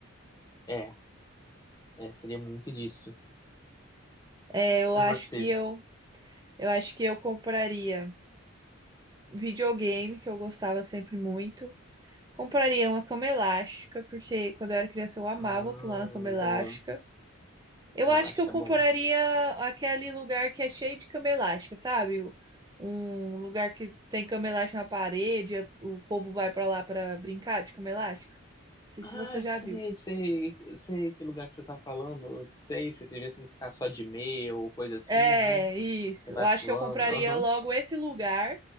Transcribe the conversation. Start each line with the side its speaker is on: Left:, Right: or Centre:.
Left: é, é, seria muito disso.
Right: É, eu acho
Left: E você?
Right: que eu, eu acho que eu compraria videogame, que eu gostava sempre muito. Compraria uma cama elástica, porque quando eu era criança eu amava
Left: Hum,
Right: pular na cama elástica.
Left: bom,
Right: Eu
Left: não,
Right: acho
Left: acho
Right: que eu
Left: que
Right: compraria
Left: é bom.
Right: aquele lugar que é cheio de cama elástica, sabe? O- Um lugar que tem cama elástica na parede, a- o povo vai pra lá pra brincar de cama elástica. Não sei
Left: Ah,
Right: se você já
Left: sei,
Right: viu.
Left: sei, sei que lugar que você tá falando. Eu Sei, você teria que ficar só de meia ou coisa assim,
Right: É,
Left: né?
Right: isso.
Left: Você vai
Right: Eu acho
Left: falando,
Right: que eu compraria
Left: aham.
Right: logo esse lugar